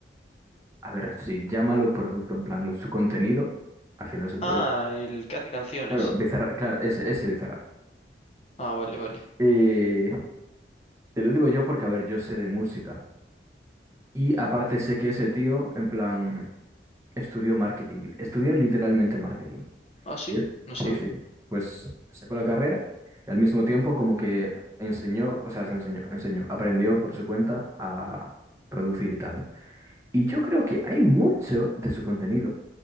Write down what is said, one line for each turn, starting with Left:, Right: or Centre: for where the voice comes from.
Right: A ver, sí, llámalo producto, en plan, su contenido, al final es un producto.
Left: Ah, el que hace canciones.
Right: Claro, Bizarra, claro, ese, ese Bizarra.
Left: Ah, vale, vale.
Right: Eh, te lo digo yo porque, a ver, yo sé de música. Y aparte sé que ese tío, en plan, estudió marketing. Estudió literalmente marketing.
Left: Ah, sí,
Right: Y-
Left: no
Right: Sí,
Left: sabía.
Right: sí. Pues sacó la carrera y al mismo tiempo como que enseñó, o sea, se enseñó, enseñó, aprendió por su cuenta a producir y tal, ¿no? Y yo creo que hay mucho de su contenido